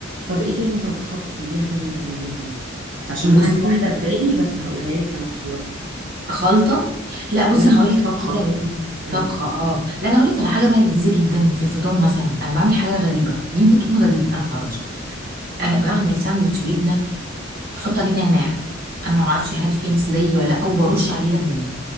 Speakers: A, on the right; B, on the right.
A: طب ايه تاني طبخة بتحبيها تاني تعمليها يعني عشان أنا
B: بصي
A: عندي واحدة في بالي بس هقولها لك لما تخلصي
B: خلطة لا بصي
A: لا
B: انا هقول لك
A: طبخة
B: حاجة لذيذة
A: امم
B: طبخة اه لا انا هقول لك على حاجة بقى لذيذة جدا في الفطار مثلا انا بعمل حاجة غريبة يمكن تكون غريبة انا ما اعرفش انا بعمل ساندوتش جبنة بحط عليه نعناع انا ما اعرفش هل في ناس زيي ولا لا وبرش عليه ليمون